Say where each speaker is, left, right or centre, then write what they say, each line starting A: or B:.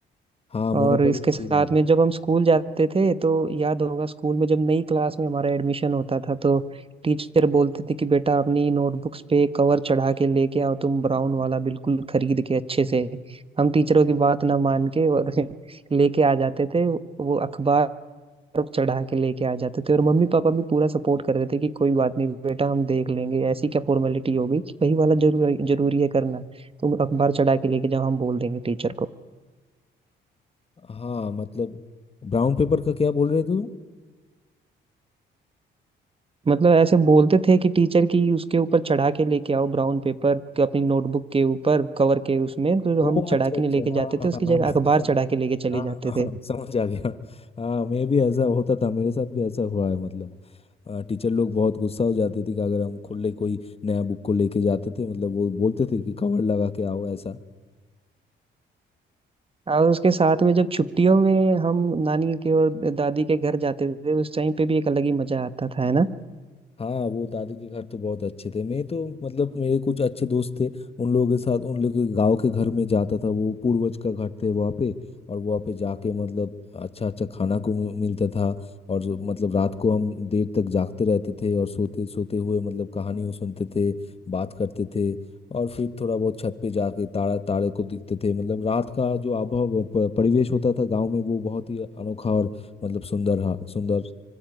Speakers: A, on the left; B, on the right.
A: हाँ
B: और
A: मोनोपोली
B: इसके
A: मुझे
B: साथ
A: याद है
B: में जब हम स्कूल जाते थे तो याद होगा स्कूल में जब नई क्लास में हमारा एडमिशन होता था तो टीचर बोलते थे कि बेटा अपनी नोटबुक्स पे कवर चढ़ा के लेके आओ तुम ब्राउन वाला बिल्कुल खरीद के अच्छे से हम टीचरों की बात ना मान के और <laughs> लेके आ जाते थे वो अखबार चढ़ा के लेके आ जाते थे और मम्मी पापा भी पूरा सपोर्ट करते थे कि कोई बात नहीं बेटा हम देख लेंगे ऐसी क्या फॉर्मेलिटी हो गई कि वही वाला जरूर जरूरी है करना तुम अखबार चढ़ा के लेके जाओ हम बोल देंगे टीचर को
A: हाँ मतलब ब्राउन पेपर का क्या बोल रहे थे तुम
B: मतलब ऐसे बोलते थे कि टीचर की उसके ऊपर चढ़ा के लेके आओ ब्राउन पेपर को अपनी नोटबुक के ऊपर कवर के उसमें तो
A: ओह
B: हम चढ़ा
A: अच्छा
B: के
A: अच्छा
B: नहीं लेके जाते
A: हाँ हाँ
B: थे उसकी
A: हाँ हाँ
B: जगह
A: हाँ
B: अखबार चढ़ा के लेके चले
A: हाँ,
B: जाते
A: हाँ, हाँ, हाँ,
B: थे
A: समझ आ गया हाँ मैं भी ऐसा होता था मेरे साथ भी ऐसा हुआ है मतलब टीचर लोग बहुत गुस्सा हो जाते थे कि अगर हम खुले कोई नया बुक को लेके जाते थे मतलब वो बोलते थे कि कवर लगा के आओ ऐसा
B: और उसके साथ में जब छुट्टियों में हम नानी के और दादी के घर जाते थे उस टाइम पे भी एक अलग ही मजा आता था है ना
A: हाँ वो दादी के घर तो बहुत अच्छे थे मैं तो मतलब मेरे कुछ अच्छे दोस्त थे उन लोगों के साथ उन लोगों के गांव के घर में जाता था वो पूर्वज का घर थे वहाँ पे और वहाँ पे जाके मतलब अच्छा अच्छा खाना को मि- मिलता था और जो- मतलब रात को हम देर तक जागते रहते थे और सोते सोते हुए मतलब कहानियों सुनते थे बात करते थे और फिर थोड़ा बहुत छत पे जाके तारा तारे को देखते थे मतलब रात का जो आबहवा प- परिवेश होता था गांव में वो बहुत ही अनोखा और मतलब सुंदर हा- सुंदर अ,